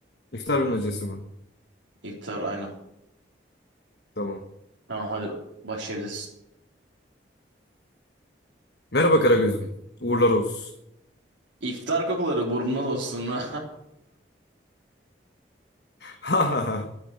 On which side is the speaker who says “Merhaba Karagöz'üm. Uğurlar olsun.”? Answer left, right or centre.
Left